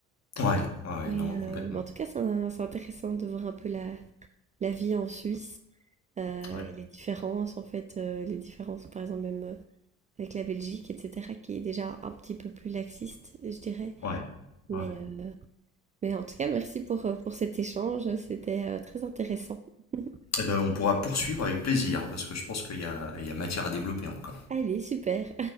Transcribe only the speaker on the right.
Mais,
euh,
mais en tout cas, c'est un- c'est intéressant de voir un peu la, la vie en Suisse euh,
et les différences, en fait, euh, les différences, par exemple, même. euh, avec la Belgique, etc., qui est déjà un petit peu plus laxiste, je dirais.
Mais,
euh, mais en tout cas, merci pour, euh, pour cet échange, c'était euh, très intéressant. <laughs>
Allez, super.